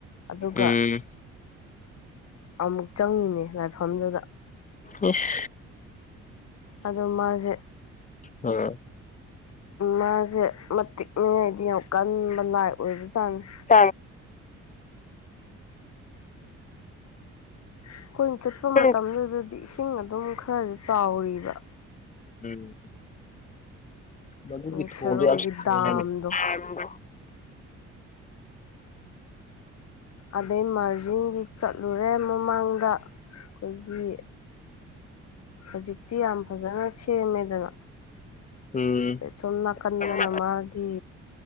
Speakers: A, on the left; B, on the left.
A: ꯑꯗꯨꯒ
B: ꯎꯝ
A: ꯑꯃꯨꯛ ꯆꯪꯉꯤꯅꯦ ꯂꯥꯏꯐꯝꯗꯨꯗ
B: ꯑꯣꯐ
A: ꯑꯗꯣ ꯃꯥꯁꯦ
B: ꯑꯥ
A: ꯃꯥꯁꯦ ꯃꯇꯤꯛꯅꯤꯉꯥꯏꯗꯤ ꯌꯥꯝ ꯀꯟꯕ ꯂꯥꯏ ꯑꯣꯏꯕꯖꯥꯠꯅꯤ
B: ꯇꯝ
A: ꯑꯩꯈꯣꯏꯅ ꯆꯠꯄ ꯃꯇꯝꯗꯨꯗꯗꯤ
B: ꯎꯝ
A: ꯏꯁꯤꯡ ꯑꯗꯨꯝ ꯈꯔꯁꯨ ꯆꯥꯎꯔꯤꯕ
B: ꯎꯝ ꯃꯗꯨꯒꯤ
A: ꯃꯣꯏ
B: ꯊꯣꯟꯗ
A: ꯁꯦꯔꯧꯒꯤ
B: ꯌꯥꯝ ꯁꯥꯡꯉ
A: ꯗꯥꯝꯗꯣ
B: ꯍꯥꯏ
A: ꯑꯗꯩ ꯃꯥꯔꯖꯤꯤꯡꯗꯨ ꯆꯠꯂꯨꯔꯦ ꯃꯃꯥꯡꯗ ꯑꯩꯈꯣꯏꯒꯤ ꯍꯧꯖꯤꯛꯇꯤ ꯌꯥꯝ ꯐꯖꯅ ꯁꯦꯝꯃꯦꯗꯅ
B: ꯎꯝ
A: ꯁꯣꯝ ꯅꯥꯀꯟꯗꯅ
B: ꯎꯝ
A: ꯃꯥꯒꯤ